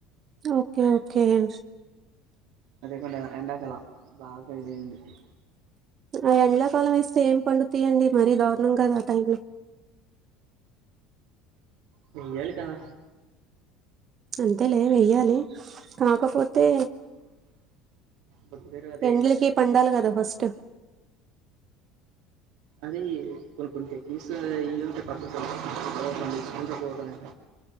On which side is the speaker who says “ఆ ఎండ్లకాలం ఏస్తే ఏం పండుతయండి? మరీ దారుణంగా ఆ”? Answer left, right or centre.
Right